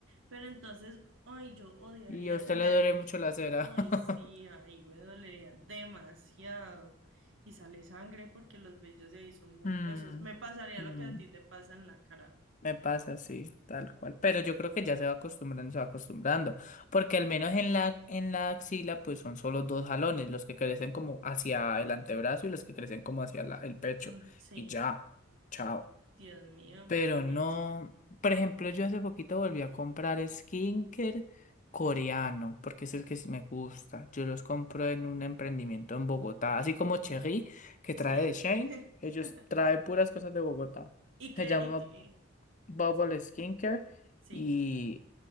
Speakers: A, on the right; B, on the left.
A: Pero entonces, ay, yo odiaría
B: Y a usted
A: tenerme
B: le duele mucho
A: que...
B: la cera.
A: Ay,
B: <laughs>
A: sí, ahí me dolería demasiado. Y sale sangre porque los vellos de ahí son muy
B: Mm,
A: gruesos. Me pasaría
B: mm,
A: lo que a ti te pasa en la cara.
B: me pasa, sí, tal cual. Pero yo creo que ya se va acostumbrando, se va acostumbrando. Porque al menos en la, en la axila, pues son solo dos jalones, los que crecen como hacia el antebrazo y los que crecen como hacia la- el pecho.
A: Mm, sí,
B: Y ya, chao.
A: Dios mío,
B: Pero
A: bendito.
B: no, por ejemplo, yo hace poquito volví a comprar skinker coreano, porque es el que sí me gusta. Yo los compro en un emprendimiento en Bogotá, así como Cherry, que
A: Sí.
B: trae de Shane,
A: <laughs>
B: ellos traen puras cosas de Bogotá.
A: Y que,
B: Se llama
A: y que,
B: Bubble Skincare
A: sí.
B: y,